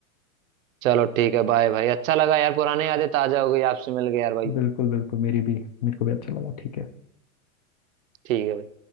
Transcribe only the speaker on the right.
चलो ठीक है बाय भाई अच्छा लगा यार पुरानी यादें ताजा हो गई आपसे मिल गए यार भाई
ठीक है भाई